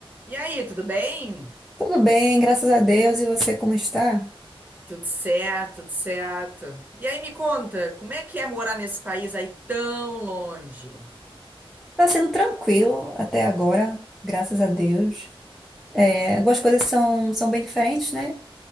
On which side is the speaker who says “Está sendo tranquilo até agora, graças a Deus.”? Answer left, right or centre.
Centre